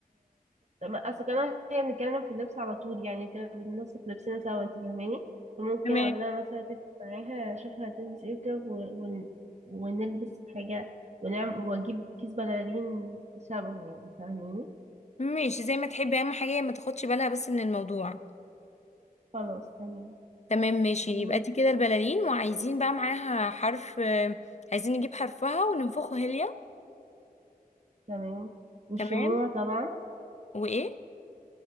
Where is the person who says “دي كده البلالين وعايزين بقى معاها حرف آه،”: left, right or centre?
Left